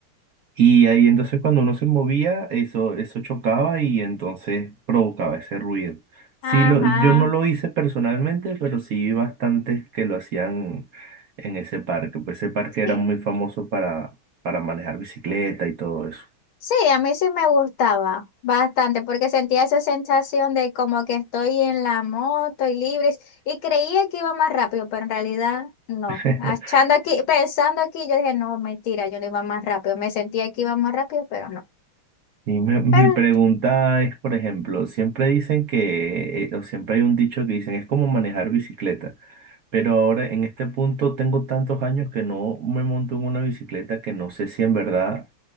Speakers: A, on the right; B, on the left.
A: Y ahí entonces cuando uno se movía, eso, eso chocaba y entonces provocaba ese ruido. Sí,
B: ajá.
A: lo, yo no lo hice personalmente, pero sí vi bastantes que lo hacían en ese parque. Pues ese parque
B: Sí.
A: era muy famoso para, para manejar bicicleta y todo eso.
B: Sí, a mí sí me gustaba bastante porque sentía esa sensación de como que estoy en la moto y libre y creía que iba más rápido, pero en realidad no.
A: <laughs>
B: Achando aquí, pensando aquí, yo dije, no, mentira, yo no iba más rápido. Me sentía que iba más rápido, pero no.
A: Y me- mi
B: Pero
A: pregunta es, por ejemplo, siempre dicen que, eh, o siempre hay un dicho que dicen, es como manejar bicicleta, pero ahora en este punto tengo tantos años que no me monto en una bicicleta que no sé si en verdad